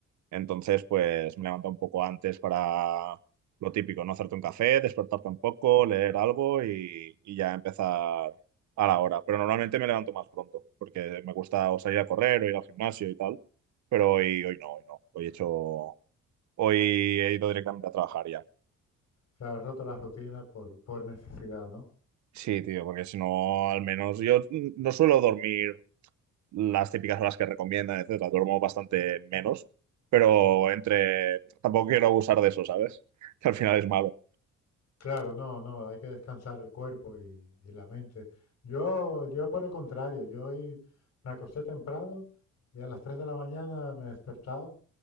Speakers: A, on the right; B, on the left.
A: Entonces, pues me levanto un poco antes para lo típico, no hacerte un café, despertarte un poco, leer algo y, y ya empezar a la hora. Pero normalmente me levanto más pronto, porque me gusta o salir a correr o ir al gimnasio y tal. Pero hoy, hoy no, hoy no. Hoy he hecho, hoy he ido directamente a trabajar ya.
B: Claro, has roto la rutina por, por necesidad, ¿no?
A: Sí, tío, porque si no, al menos yo no suelo dormir las típicas horas que recomiendan, etcétera. Duermo bastante menos, pero entre... Tampoco quiero abusar de eso, ¿sabes? <laughs> Que al final es malo.
B: Claro, no, no, hay que descansar el cuerpo y, y la mente. Yo, yo por el contrario, yo hoy me acosté temprano y a las 3 de la mañana me he despertado